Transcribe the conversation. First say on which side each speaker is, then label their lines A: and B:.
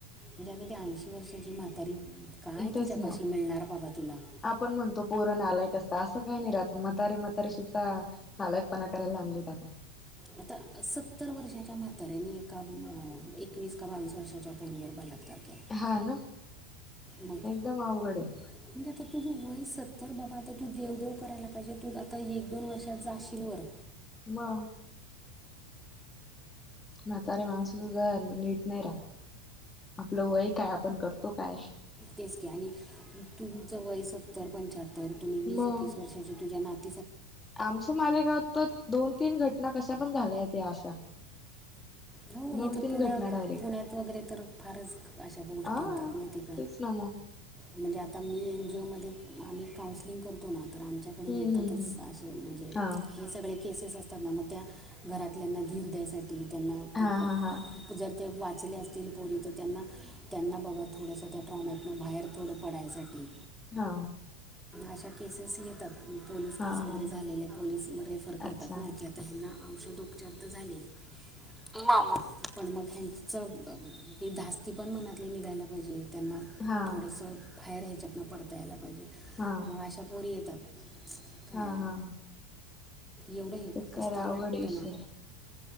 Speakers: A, in the centre; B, on the left.
A: म्हणजे आता ती ऐंशी वर्षाची म्हातारी. काय
B: तेच
A: तिच्यापाशी
B: ना
A: मिळणार बाबा तुला
B: आपण म्हणतो पोर नालायक असतात असं काय नाही राहत म्हातारे म्हातारे. सुद्धा नालायकपणा करायला लागलीत आता.
A: आता सत्तर वर्षाच्या म्हाताऱ्यानी. एका एकवीस का बावीस वर्षाच्या पोरीवर बलात्कार. केला
B: हा ना
A: मग
B: एकदमं अवघड आहे.
A: म्हणजे आता तुझं वय सत्तर तर बाबा आता तू देवदेव करायला पाहिजे तू आता एक दोन वर्षात जाशील वर.
B: मगं म्हातारी माणसं सुद्धा नीट नाही राहतं. आपलं वय कायं आपण करतो कायं.
A: तेच के आणि तुमचं वय सत्तर पंच्याहत्तर तुम्ही वीस
B: मग
A: एकवीस वर्षाचे तुझ्या नात
B: आमच्या मालेगावात तर दोन तीन घटना कशा पण झाल्यात या अशा
A: हो
B: दोन
A: इथं
B: तीन
A: पुण्यात
B: घटना डायरेक्ट
A: पुण्यात वगैरे तर फारच अशा गोष्टी
B: आ
A: होतात माहिती का
B: तेच ना मग
A: म्हणजे आता मी मध्ये आम्ही काउन्सलिंग करतो ना तर आमच्याकडे
B: हम्म
A: येतातच
B: हम्म हम्म
A: असे म्हणजे
B: हा
A: हे सगळे केसेस असतात ना मग त्या घरातल्याना धीर द्यायसाठी त्यांना
B: हा
A: त्या
B: हा हा
A: पो जर ते वाचले असतील पोरी तर त्यांना त्यांना बाबा थोडंसं त्या ट्रोमातून बाहेर थोडं पडायसाठी
B: हा
A: अशा केसेस येतात पोलीस
B: हा
A: केस वगैरे
B: हा
A: झालेले पोलीस रेफर करतात
B: अच्छा
A: ना की आता हेना औषधोपचार तर झाले मग मग ह्यांचं धास्ती पण मनातली निघायला पाहिजे त्यांना
B: हा
A: थोडंसं बाहेर ह्याच्यातन पडता यायला पाहिजे
B: हा
A: मग अशा पोरी येतात काय
B: हा हा
A: एवढं हे
B: तर काय
A: कस तरी
B: अवघड
A: वाटतं
B: विषय
A: ना